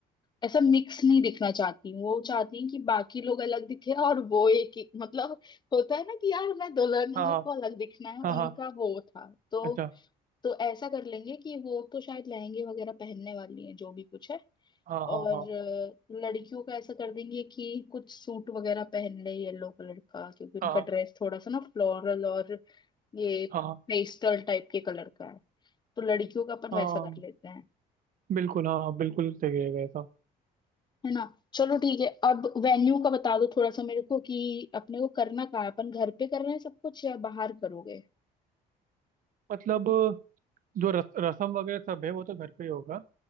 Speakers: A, on the left; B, on the right.
A: ऐसा मिक्स नहीं दिखना चाहती वो चाहती हैं कि बाकी लोग अलग दिखे और वो एक ही मतलब होता है ना कि यार मैं दुल्हन हूँ
B: हाँ
A: मेरे
B: हाँ
A: को अलग दिखना है
B: हाँ हाँ,
A: उनका वो था तो
B: अच्छा
A: तो ऐसा कर लेंगे कि वो तो शायद लहंगे वगैरह पहनने वाली है जो भी कुछ है
B: हाँ हाँ
A: और
B: हाँ
A: अ, लड़कियों का ऐसा कर देंगे कि कुछ सूट वगैरह पहन ले येलो कलर का क्योंकि उनका
B: हाँ हाँ
A: ड्रेस थोड़ा सा ना फ्लोरल और ये
B: हाँ हाँ,
A: पेस्टल टाइप के कलर का है तो लड़कियों का अपन
B: हाँ,
A: वैसा कर लेते हैं
B: बिल्कुल हाँ बिल्कुल सही रहेगा ऐसा
A: है ना चलो ठीक है अब वेन्यू का बता दो थोड़ा सा मेरे को कि अपने को करना कहाँ है अपन घर पे कर रहे हैं सब कुछ या बाहर करोगे
B: मतलब जो रस, रसम वगैरह सब है वो तो घर पे ही होगा